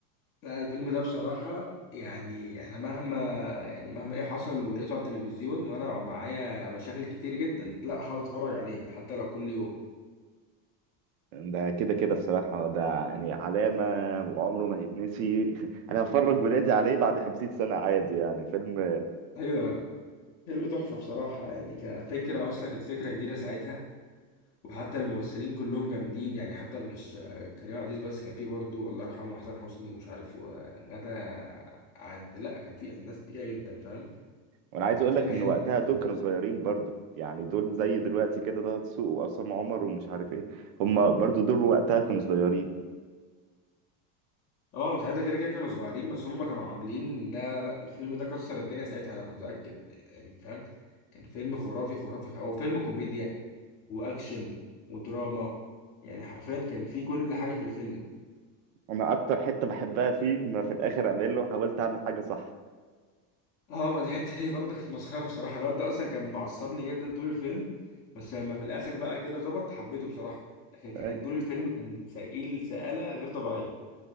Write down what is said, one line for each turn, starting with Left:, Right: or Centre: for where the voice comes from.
Left: لا الفيلم ده بصراحه يعني انا مهما يعني مهما ايه حصل ولقيته على التلفزيون وانا معايا مشاغل كتير جدا لا هقعد اتفرج عليه حتى لو كل يوم
Right: ده كده كده بصراحه ده يعني علامه وعمره ما هيتنسي <laughs> انا هفرج ولادي عليه بعد 50 سنه عادي يعني فيلم
Left: ايوه فيلم تحفه بصراحه يعني كفكره اصلا كانت فكره جديده ساعتها وحتى الممثلين كلهم جامدين يعني حتى مش آه، كريم عبد العزيز بس كان في برضه الله يرحمه حسن حسني ومش عارف وغادة عادل لا كان في ناس تقيلة جدا فاهم
Right: وانا عايز
Left: فكان
Right: اقول
Left: فيلم
Right: لك ان
Left: حلم
Right: وقتها دول
Left: كركم.
Right: كانوا صغيرين برضو يعني دول زي دلوقتي كده ده دسوقي وعصام عمر ومش عارف ايه هم برضو دول وقتها كانوا صغيرين
Left: اه مش عايزة كده كده كانوا صغيرين بس هم كانوا عاملين لا لا لا الفيلم ده كسر الدنيا ساعتها انا متأكد يعني فاهم كان فيلم خرافي خرافي هو فيلم كوميديا واكشن ودراما يعني حرفيا كان فيه كل حاجة في الفيلم
Right: انا اكتر حته بحبها فيه ما في الاخر اعمل له حاولت اعمل حاجه صح
Left: اه ما دي حته دي برضه كانت مسخره بصراحه الواد ده اصلا كان معصبني جدا طول الفيلم بس لما في الاخر بقى كده ظبط حبيته بصراحه لكن كان
Right: اي
Left: طول الفيلم كان سئيل سئاله غير طبيعيه